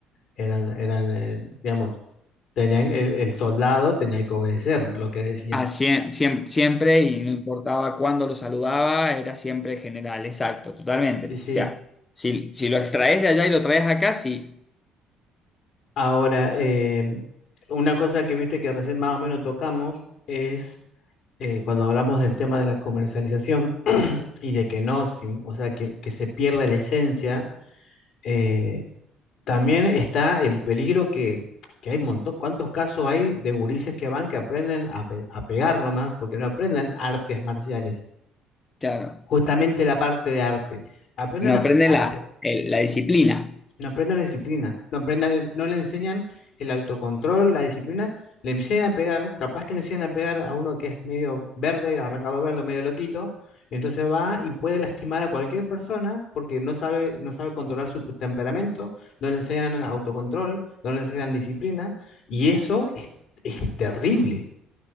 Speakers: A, on the left; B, on the left.
A: eran, eran eh, digamos, tenían, el, el soldado tenía que obedecer lo que decían.
B: así- siem- siempre, y no importaba cuándo lo saludaba, era siempre general, exacto, totalmente.
A: sí sí,
B: O sea, si, si lo extraes de allá y lo traes acá, sí,
A: ahora, eh, una cosa que viste que recién más o menos tocamos es eh, cuando hablamos del tema de la comercialización <clears throat> y de que no, sin- o sea, que, que se pierde la esencia. eh, También está el peligro que, que hay un montón, cuántos casos hay de gurises que van, que aprenden a, pe- a pegar nomás, porque no aprenden artes marciales,
B: claro,
A: justamente la parte de arte, aprenden
B: no
A: a,
B: aprende
A: pe- a
B: la,
A: pe-
B: el- la disciplina.
A: no aprenda la disciplina, no aprenda el- no le enseñan el autocontrol, la disciplina, le enseñan a pegar, capaz que le enseñan a pegar a uno que es medio verde, arrancado verde, medio loquito, entonces va y puede lastimar a cualquier persona porque no sabe, no sabe controlar su temperamento, no le enseñan autocontrol, no le enseñan disciplina, y eso es, es terrible.